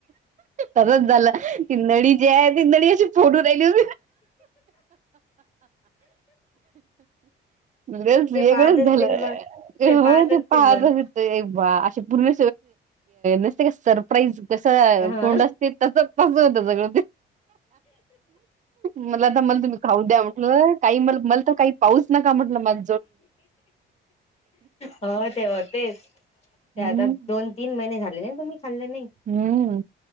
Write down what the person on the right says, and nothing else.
तसच झालं तिनळी जे आहे तिनळी अशी. फोटू दे दिस. लस वेगळंच
झालं
हो ते
पाहतच.
ते वा असे पूर्ण नसते का सरप्राईज कसं
तोंड असते. तसच पासून यत सगळं ते. मला आता मला तुम्ही खाऊ द्या म्हटलं काही म मला तर काही पाऊस नका म्हटलं माझ.
हम्म
हम्म